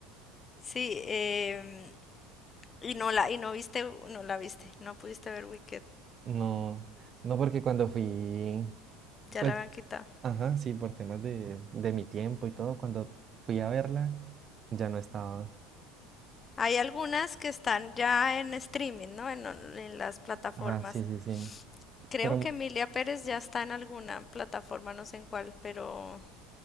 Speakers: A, on the left; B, on the right.
A: Sí, em, y no la, y no viste, no la viste, no pudiste ver Wicked.
B: No, no porque cuando fui,
A: Ya
B: pues,
A: la habían quitado.
B: ajá, sí, por temas de, de mi tiempo y todo, cuando fui a verla, ya no estaba.
A: Hay algunas que están ya en streaming, ¿no? En, en las plataformas.
B: Ah, sí, sí, sí.
A: Creo
B: Pero
A: que Emilia Pérez ya está en alguna plataforma, no sé en cuál, pero